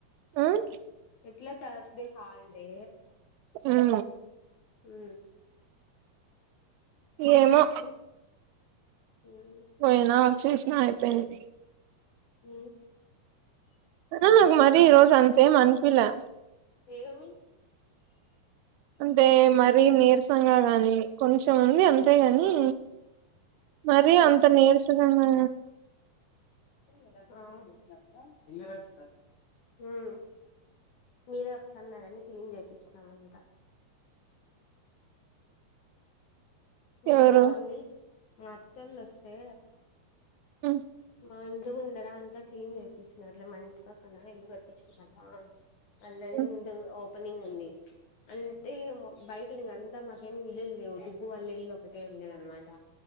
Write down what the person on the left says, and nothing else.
ఇట్లా చిస్తే హాలిడే
ఉ
ఉమ్ ఉమ్,
అ
ఏమీ
ఆ
వాణి
<unintelligible> మీరే వస్తున్నారని క్లీన్ చేయిచ్చినాం అంత ఇకా
వాగి మ మత్తలు వస్తే
మా ఇంట్లో ముందర అంతా క్లీన్ చేయిస్తున్నారు మా ఇంట్ పక్కన ఇల్లు కట్టించిన వాళ్దా అల్లది
ఇందు ఓపెనింగ్ ఉంది అంటే యీ బయట అంతా మాకేమి ఇల్లు లేవు దుగబగు వాళ్ళ ఇల్లు ఒకటే వుండే అనమాట